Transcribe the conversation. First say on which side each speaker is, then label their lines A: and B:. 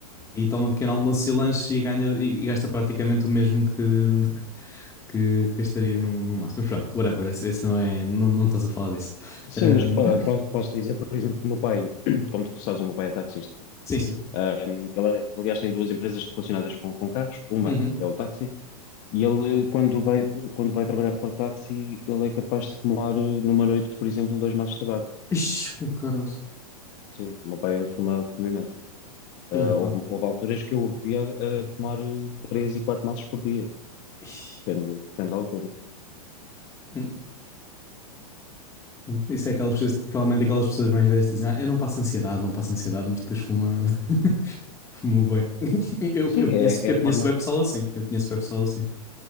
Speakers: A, on the left; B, on the left.
A: e toma um pequeno almoço e lanche e ganha e, e gasta praticamente o mesmo que <laughs> que que gastaria num, num máximo. Mas pronto, whatever, esse, esse não é, não, não estás a falar disso.
B: Sim,
A: Ahm,
B: mas pá,
A: <coughs>
B: posso, posso dizer, por exemplo, que o meu pai, <clears throat> como tu sabes, o meu pai é taxista.
A: <clears throat> sim, sim.
B: Ahm, ele, aliás, tem duas empresas relacionadas com, com carros. Uma
A: Uhum.
B: é o táxi E ele, quando vai, quando vai trabalhar para o táxi, ele é capaz de fumar eh, numa noite, por exemplo, dois maços de tabaco.
A: Ixi, com caroço.
B: Sim, o meu pai fuma, fuma imenso. Ah,
A: Aí, pá.
B: houve, houve alturas que eu o via a fumar eh, três e quatro maços por dia.
A: Ixi.
B: Depende, depende da altura.
A: Hum, hum. Isso é aquelas pessoas, provavelmente aquelas pessoas mais velhas que dizem, ah, eu não passo ansiedade, não passo ansiedade, mas depois fuma, <laughs> fuma bem. <laughs> Eu,
B: Sim,
A: eu conheço,
B: é, é
A: eu
B: a
A: conheço
B: forma,
A: bem pessoal assim, eu conheço bem pessoal assim.